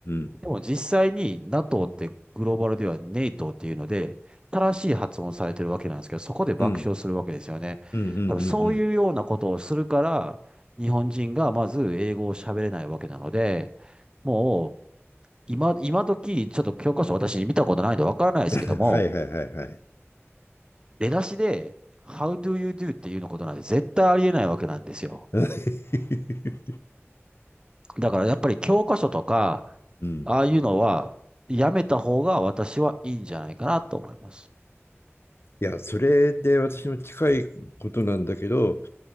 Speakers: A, on the left; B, on the right.
A: ん。
B: でも実際に NATO ってグローバルではネイトっていうので、正しい発音されてるわけなんですけど、そこで爆笑するわけですよね。
A: うんうんうんうんうんうんうんうんうんうん
B: 多分そういうようなことをするから、日本人がまず英語を喋れないわけなので、もう今、今時、ちょっと教科書私見たことないんでわからないですけども、
A: うんはいはいはいはい。
B: 出だしで、How do you do っていうのことなんで絶対ありえないわけなんですよ。
A: <laughs>
B: だからやっぱり教科書とか、
A: うん。
B: ああいうのはやめた方が私はいいんじゃないかなと思います。
A: いや、それで私も近いことなんだけど、